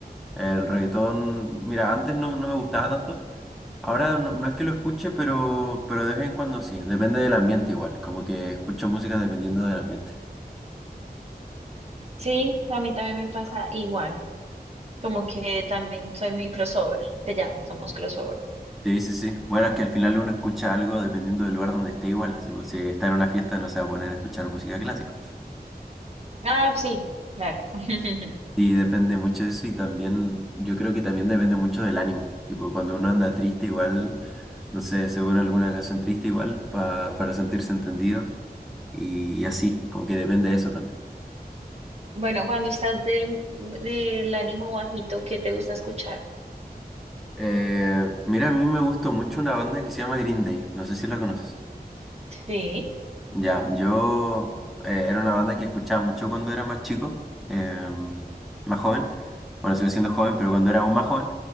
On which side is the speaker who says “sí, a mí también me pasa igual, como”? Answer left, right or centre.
Right